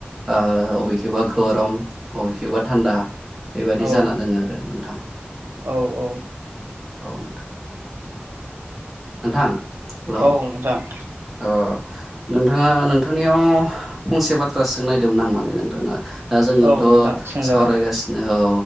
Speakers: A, in the centre; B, on the right.
A: अबे एखेबा गरम अबेखेबा थान्दा बेबायाददि
B: औ
A: जाना दङ आरो नोंथां।
B: औ औ।
A: औ नोंथां। नोंथां हेलौ
B: औ नोंथां।
A: अ नोंथाङा नोंथांनियाव फंसे बाथ्रा सोंनो नागिरदोंमोन आं माने नोंथाङा। दा जोङथ'
B: औ नोंथां सोंजागोन
A: सावरायगासिनो औ